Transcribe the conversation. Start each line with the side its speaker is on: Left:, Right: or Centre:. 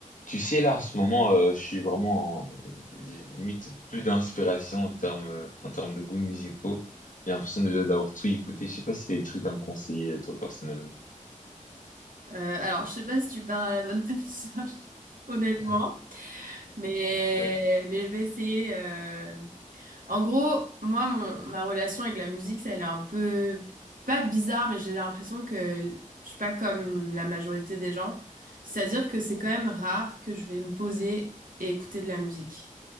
Left: Tu sais, là, en ce moment, euh, je suis vraiment en- j'ai limite plus d'inspiration en termes, euh, en termes de goûts musicaux. J'ai l'impression déjà d'avoir tout écouté. Je sais pas si t'as des trucs à me conseiller, euh, toi, personnellement.
Right: Euh, alors, je sais pas si tu parles à la bonne <laughs> personne, honnêtement,
Left: <laughs>
Right: mais,
Left: Euh,
Right: mais je vais essayer. euh. En gros, moi, mon, ma relation avec la musique, ça, elle est un peu, pas bizarre, mais j'ai l'impression que je suis pas comme la majorité des gens. C'est-à-dire que c'est quand
Left: euh,
Right: même rare que je vais me poser et écouter de la musique.